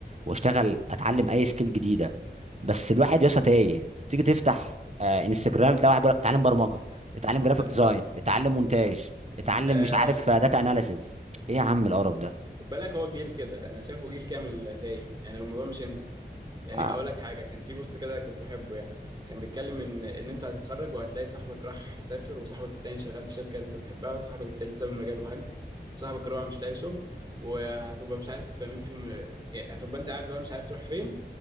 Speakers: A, on the right (about 40°); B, on the right (about 25°).
A: واشتغل اتعلم اي سكيل جديده بس الواحد يا اسطى تايه تيجي تفتح آه انستجرام تلاقي واحد بيقول لك اتعلم برمجه اتعلم جرافيك
B: انا
A: ديزاين
B: فاهمه
A: اتعلم مونتاج اتعلم
B: آم،
A: مش عارف داتا اناليسز ايه يا عم القرف ده
B: خد بالك هو جيل كده انا شايفه جيل كامل تايه يعني الموضوع مش انت يعني
A: آه،
B: اقول لك حاجه كان في بوست كده كنت بحبه يعني كان بيتكلم ان ان انت هتتخرج وهتلاقي صاحبك راح سافر وصاحبك التاني شغال في شركه اللي انت تحبها وصاحبك التالت ساب المجال وهج وصاحبك الرابع مش لاقي شغل وهتبقى مش عارف مين فيهم يعني هتبقى انت قاعد بقى مش عارف تروح فين